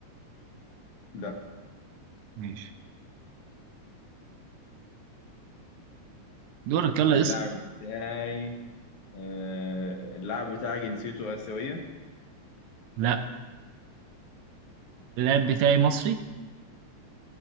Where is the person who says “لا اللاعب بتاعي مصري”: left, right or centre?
Right